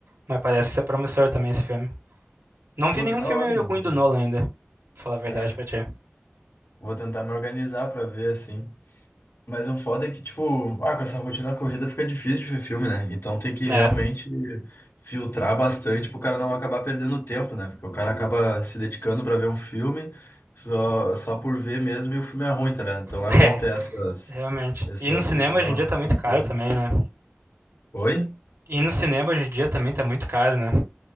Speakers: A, on the right; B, on the left.
A: Mas parece ser promissor também esse filme. Não vi
B: Pô,
A: nenhum
B: que da
A: filme
B: hora, meu.
A: ruim
B: Vou ten-
A: do Nolan ainda, pra falar a verdade
B: É,
A: pra ti.
B: vou tentar me organizar pra ver, assim. Mas o foda é que, tipo, ah, com essa rotina corrida fica difícil de ver filme, né? Então tem que realmente
A: É,
B: filtrar bastante pro cara não acabar perdendo tempo, né? Porque o cara acaba se dedicando pra ver um filme só, só por ver mesmo e o filme é ruim, tá, né? Então é
A: <laughs> é,
B: bom ter essas,
A: Realmente.
B: essas
A: E no cinema
B: visões,
A: hoje em dia tá
B: essas
A: muito
B: conselhos.
A: caro também, né?
B: Oi?
A: E no cinema hoje em dia também tá muito caro, né?